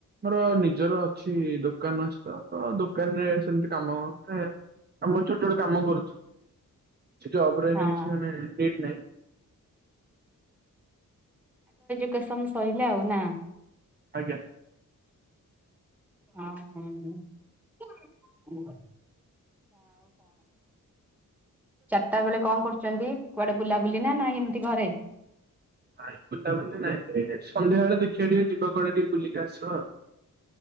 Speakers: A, on the right; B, in the centre.
A: ମୋର ନିଜର ଅଛି ଦୋକାନଛି ତ ତ ଦୋକାନରେ ସେମିତି। କାମ ଆମ ଛୋଟ ଟ କାମ କରୁଛି। ସେ ଜବରେ
B: ହଁ
A: କିଛି ମାନେ ଲେଟ୍ ନହିଁ।
B: ଲୋକସ ସରିଲେ ଆଉ ନା।
A: ଆଜ୍ଞା।
B: ଆଉ କଣ ଚାରିଟା ବେଳେ କଣ କରୁଛନ୍ତି କୁଆଡେ ବୁଲାବୁଲି ନା ନାାଇ ଏମିତି ଘରେ।
A: ନାଇଁ ବୁଲା ବୁଲି ନାଇଁ ସନ୍ଧ୍ୟା ବଳେ ଦେଖିବା ଟିକେ ଯିବା କୁଆଡେ ଟିକେ ବୁଲିକି ଆସିବ ଆଉ।